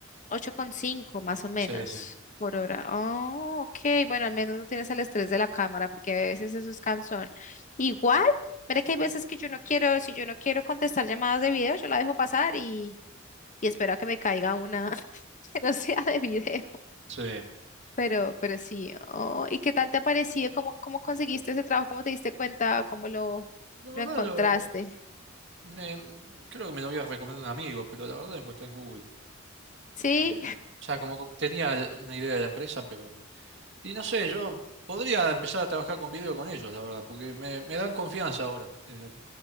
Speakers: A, on the left (about 40°); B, on the right (about 60°).
A: ocho coma cinco más o menos
B: sí, sí.
A: por hora. Oh, ok. Bueno, al menos no tienes el estrés de la cámara, porque a veces eso es cansón. Igual, mira que hay veces que yo no quiero, si yo no quiero contestar llamadas de video, yo la dejo pasar y, y espero a que me caiga una <laughs> que no sea de video.
B: Sí.
A: Pero, pero sí. Oh, ¿y qué tal te ha parecido? ¿Cómo, cómo conseguiste ese trabajo? ¿Cómo te diste cuenta? ¿Cómo lo,
B: La verdad
A: lo encontraste?
B: lo... Me, mm, creo que me lo había recomendado un amigo, pero la verdad lo encontré en Google.
A: Sí,
B: Eh, o sea, como que tenía l- una idea de la empresa, pero... Y no sé, yo podría empezar a trabajar con video con ellos, la verdad, porque me, me dan confianza ahora. eh,